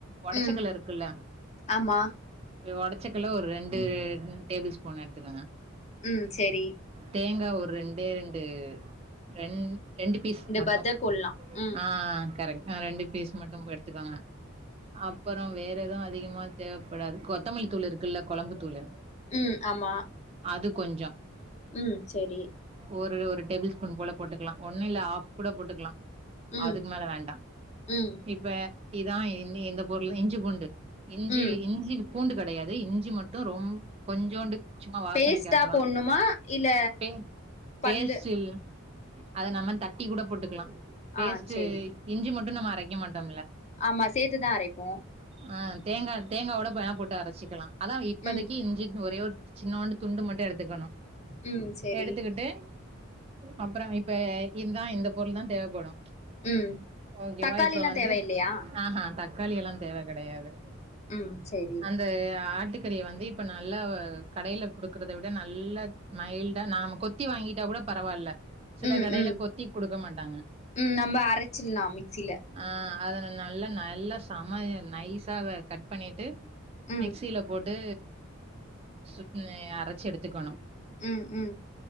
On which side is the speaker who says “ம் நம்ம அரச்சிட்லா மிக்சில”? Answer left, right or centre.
Left